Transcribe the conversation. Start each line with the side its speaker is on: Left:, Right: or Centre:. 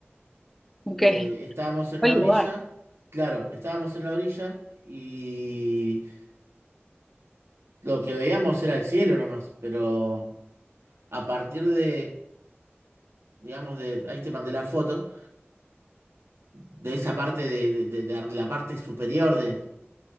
Centre: ok.
Right: Eh, estábamos en
Centre: ¿Cuál
Right: la orilla,
Centre: lugar?
Right: claro, estábamos en la orilla y lo que veíamos era el cielo nomás, pero a partir de digamos, de, ahí te mandé la foto, de esa parte, de, de- de- de la parte superior de,